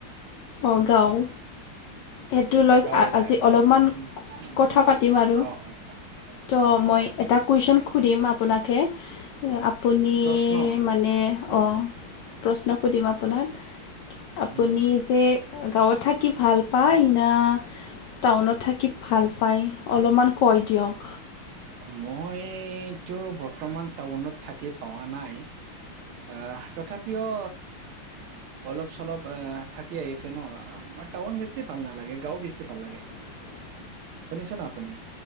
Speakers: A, on the left (about 75°); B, on the right (about 75°).
A: অ গাওঁ। সেইটো লৈ
B: গাঁৱলীয়া
A: আজি
B: গাঁও
A: অলপমান
B: উম
A: কথা পাতিম আৰু।
B: অ হয়
A: তো
B: অ হ'ব
A: মই এটাক কুৱেশ্যন সুধিম আপোনাকে আপুনি
B: প্ৰশ্ন
A: মানে
B: উম
A: অঁ প্ৰশ্ন সুধিম আপোনাক আপুনি
B: উম
A: যে গাঁৱত থাকি ভাল পায় না টাউনত থাকি ভাল পায় অলপমান কৈ দিয়ক।
B: মইতো বৰ্তমান টাউনত থাকি পোৱা নাই। আহ তথাপিও অলপ চলপ এ থাকি আহিছে ন, টাউন বেছি ভাল নালাগে গাঁও বেছি ভাল লাগে।
A: <inaudible>
B: শুনিছোন আপুনি।